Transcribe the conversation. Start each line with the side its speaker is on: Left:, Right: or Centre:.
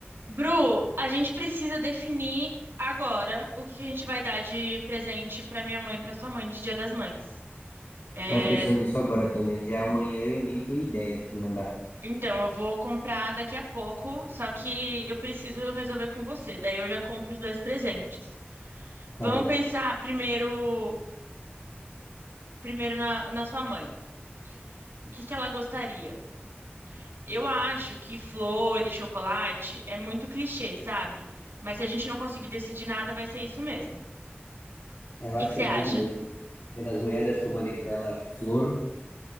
Right: Bru, a gente precisa definir agora o que que a gente vai dar de presente pra minha mãe e pra sua mãe de Dia das Mães. É,
Left: Tava pensando nisso agora também. Já amanhã eu nem tenho ideia do que mandar.
Right: então, eu vou comprar daqui a pouco, só que eu preciso resolver com você. Daí eu já compro os dois presentes.
Left: Tá
Right: Vamos
Left: bom.
Right: pensar primeiro, primeiro na, na sua mãe. O que que ela gostaria? Eu acho que flor e chocolate é muito clichê, sabe? Mas se a gente não conseguir decidir nada, vai ser isso mesmo. O
Left: É, Eu
Right: que
Left: acho
Right: que
Left: que
Right: você
Left: é
Right: acha?
Left: mais do mesmo. Dia das Mulheres, acho que eu mandei pra ela flor.